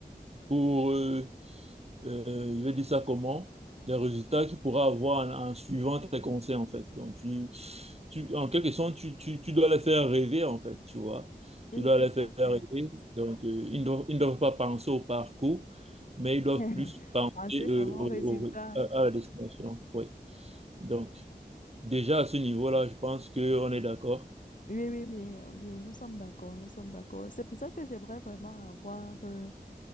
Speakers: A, on the right (about 40°); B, on the left (about 50°).
A: pour euh, euh, je vais dire ça comment, les résultats qu'il pourra avoir en, en suivant tes conseils, en fait. Donc, tu, tu, en quelque sorte, tu, tu, tu dois les faire rêver, en fait, tu vois.
B: Oui,
A: Tu dois
B: c'est
A: les
B: ça,
A: faire rêver.
B: c'est...
A: Donc, euh, ils ne doivent, ils ne doivent pas penser au parcours, mais ils doivent
B: <laughs>
A: plus penser
B: Penser
A: euh,
B: seulement
A: au-
B: au résultat.
A: au- à, à la destination. Oui. Donc, déjà à ce niveau-là, je pense qu'on est d'accord.
B: Oui, oui, oui, euh, oui, nous sommes d'accord, nous sommes d'accord. C'est pour ça que j'aimerais vraiment avoir euh,